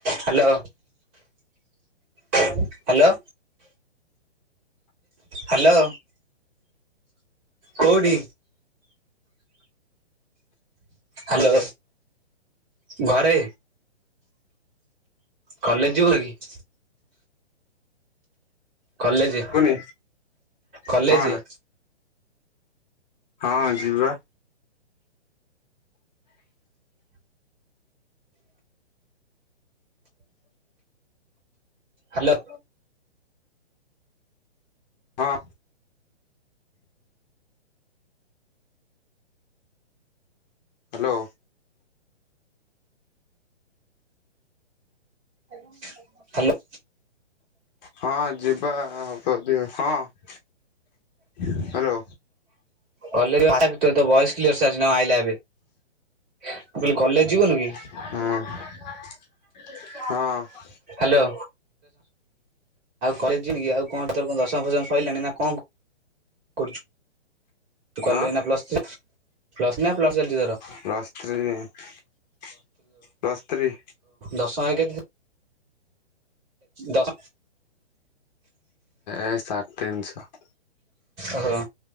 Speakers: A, on the right; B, on the left.
A: Hello. Hello hello. କୋଉଠି? Hello ଘରେ। College ଯିବୁନ କି? କଲେଜେ
B: ଶୁଭୁନି
A: କଲେଜେ
B: କଣ ହେଲା ହଁ ଯିବା।
A: ହାଲୋ।
B: ହଁ। ହାଲୋ।
A: ହାଲୋ।
B: ହଁ ଯିବା ହବଯବା ଆଉ ହଁ ହାଲୋ
A: କଲେଜ୍ ଫାଷ୍ଟୟର ତୋ ଭଏସ୍ କ୍ଲିଅର ସେ ଆସୁନି ହଁ ଆଇଲା ଏବେ। ମୁଁ କହିଲି କଲେଜ ଯିବୁନି କି?
B: ହୁଁ ହଁ।
A: ହାଲୋ। ଆଉ କଲେଜ୍ ଯିବୁକି ଆଉ କଣ ତୋର କଣ ଦଶମ ଫସମ ସରିଲାଣି ନା କଣ କରୁଛୁ?
B: ହଁ
A: କଲୁ ଏଇନା ପ୍ଲସଥ୍ରି ପ୍ଲସ୍ ନା ପ୍ଲସ୍ ଚାଲିଛି ତୋର?
B: ପ୍ଲସଥ୍ରି ପ୍ଲସଥ୍ରି
A: ଦଶଏକେ ଦଶ
B: ଏ ସାଢେ ତିନିଶହ।
A: ଓହୋ